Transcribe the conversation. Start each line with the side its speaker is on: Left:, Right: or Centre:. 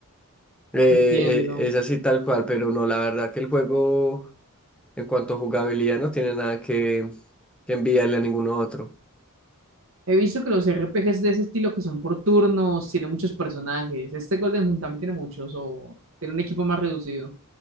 Centre: eh,
Right: entiendo.
Centre: es así tal cual, pero no, la verdad que el juego, en cuanto a jugabilidad, no tiene nada que, que enviarle a ninguno otro.
Right: He visto que los RPGs de ese estilo que son por turnos, tienen muchos personajes. Este Golden Sun también tiene muchos, o tiene un equipo más reducido.